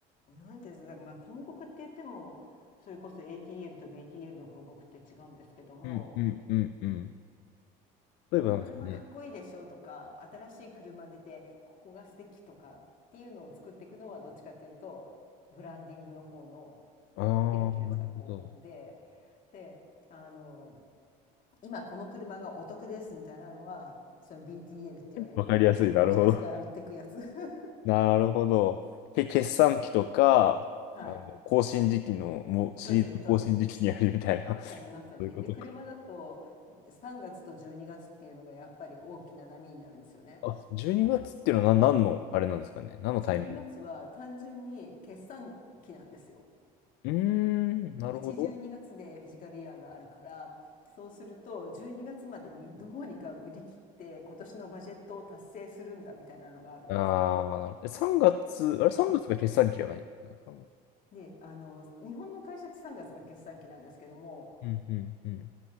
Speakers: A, on the left; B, on the left.
A: なんていうんですかまあ広告って言ってもそれこそ ATL と BTL の広告って違うんですけども
B: うん、うん、うん、うん。例えばなんですかね。
A: この車かっこいいでしょとか新しい車出てここが素敵とかっていうのを作っていくのはどっちかというとブランディングの方の
B: ああ、
A: キラキラした広告で
B: なるほど。
A: であの今この車がお得ですみたいなのはその BTL って言われるうんひたすら売ってくやつ
B: わかりやすい。なるほど。
A: <laughs>
B: なるほど。け、決算期とか、
A: はい
B: あの、更新時期の、もうシリーズの更新時期にやるみたいな。
A: そうですそうですまさにまさに。
B: <laughs> そういうことか。
A: で、車だと3月と12月っていうのがやっぱり大きな波になるんですよね。
B: あ、12月っていうのは何、何の、あれなんですかね。何のタイミング
A: 12月は単純に決算期なんですよ。
B: うーん、なるほど。
A: 1、12月でフィジカルイヤーがあるから、そうすると12月までにどうにか売り切って今年のバジェットを達成するんだみたいなのがあるんですね。
B: ああ、なるほど。3月、あれ、
A: うん、
B: 3月がつが決算期じゃないさんがつ
A: で、あの、日本の会社って3月がつが決算期なんですけども、
B: うんうんうん。